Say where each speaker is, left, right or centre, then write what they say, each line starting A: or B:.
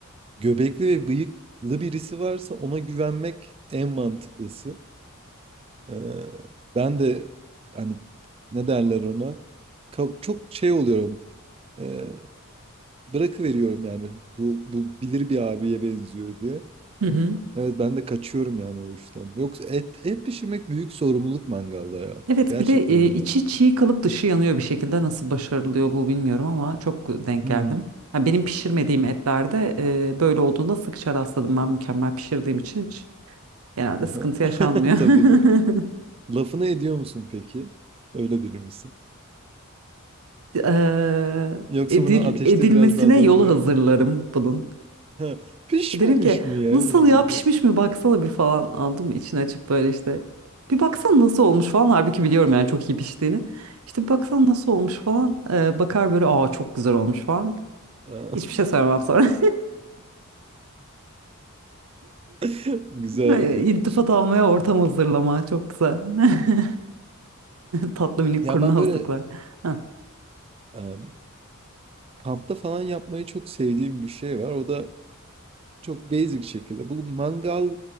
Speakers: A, on the right; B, on the right.
A: göbekli ve bıyıklı birisi varsa ona güvenmek en mantıklısı. Ee, ben de hani ne derler ona? Ka- Çok şey oluyorum. Ee, bırakıveriyorum yani. Bu, bu bilir bir abiye benziyor diye.
B: Hı hı.
A: Evet ben de kaçıyorum yani o işten. Yoksa et, et pişirmek büyük sorumluluk mangalda ya.
B: Evet
A: Gerçekten
B: bir de e,
A: öyle.
B: içi çiğ kalıp dışı yanıyor bir şekilde nasıl başarılıyor bu bilmiyorum ama çok denk
A: Hmm.
B: geldim. Ha, benim pişirmediğim etlerde e, böyle olduğunda sıkça rastladım ben mükemmel pişirdiğim için hiç genelde sıkıntı
A: <laughs>
B: yaşanmıyor.
A: Tabii.
B: <laughs>
A: Lafını ediyor musun peki? Öyle biri misin?
B: Eee,
A: Yoksa
B: edil,
A: bunu ateşte
B: edilmesine
A: biraz daha döndürelim.
B: yolu hazırlarım bunun.
A: <laughs> Pişmemiş
B: Derim ki
A: mi ya
B: nasıl
A: bunlar
B: ya pişmiş
A: falan?
B: mi baksana bir falan aldım içini açıp böyle işte bir baksana nasıl olmuş falan halbuki biliyorum yani çok iyi piştiğini. İşte bir baksana nasıl olmuş falan Eee, bakar böyle aa çok güzel olmuş falan.
A: <laughs> Aa,
B: Hiçbir şey sormam sonra. <laughs>
A: <laughs> Güzel
B: Böyle
A: hareketmiş.
B: İltifat almaya ortam hazırlama. Çok güzel. <laughs> Tatlı minik
A: Ya
B: kurnazlıklar.
A: ben böyle
B: Heh,
A: em, kampta falan yapmayı çok sevdiğim bir şey var. O da Çok basic şekilde. Bu mangal,